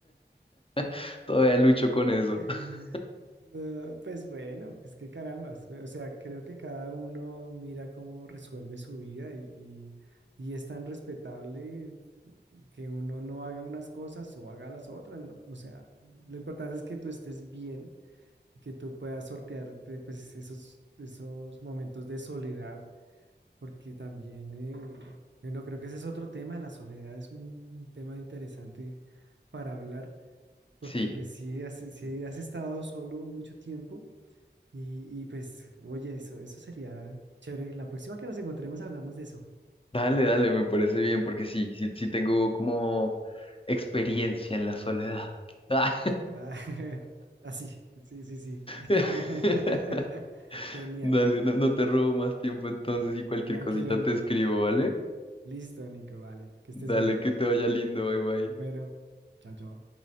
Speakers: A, on the left; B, on the right.
A: <laughs> todavía lucho con eso.
B: <laughs>
A: <laughs>
B: Ah, pues bueno, es que carambas, eh, o sea, creo que cada uno mira cómo resuelve su vida y, y- y es tan respetable que uno no haga unas cosas o haga las otras, ¿no? O sea, lo importante es que tú estés bien y que tú puedas sortearte pues esos, esos momentos de soledad, porque también, eh, bueno, creo que ese es otro tema, la soledad es un, un tema interesante para hablar, porque
A: Sí.
B: pues si has, si has estado solo mucho tiempo y, y pues, oye, eso, eso sería chévere. La próxima que nos encontremos hablamos de eso.
A: Dale, dale, me parece bien, porque sí, sí, sí tengo como experiencia en la soledad. Ah.
B: Ah, <laughs> Así, sí, sí, sí. <laughs>
A: <laughs>
B: Genial.
A: Dale, no, no te robo más tiempo entonces y cualquier
B: Tranquilo,
A: cosita
B: Nico.
A: te escribo, ¿vale?
B: Listo, Nico, vale. Que estés
A: Dale,
B: bien.
A: que te vaya lindo, bye bye.
B: Bueno, chao, chao.